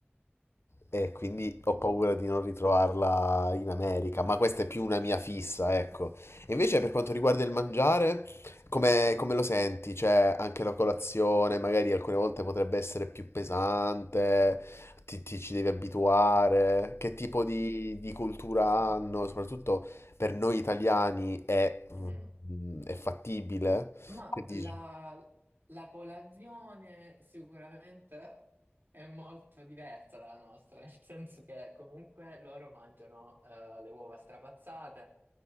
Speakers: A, on the left; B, on the right.
A: e quindi ho paura di non ritrovarla in America, ma questa è più una mia fissa, ecco. E invece per quanto riguarda il mangiare, come, come lo senti? Cioè, anche la colazione magari alcune volte potrebbe essere più pesante, ti, ti ci devi abituare, che tipo di, di cultura hanno, soprattutto per noi italiani è, mm,
B: Mm.
A: è fattibile?
B: Ma
A: Che dici?
B: la, la colazione sicuramente è molto diversa dalla nostra, nel senso che comunque loro mangiano eh, le uova strapazzate,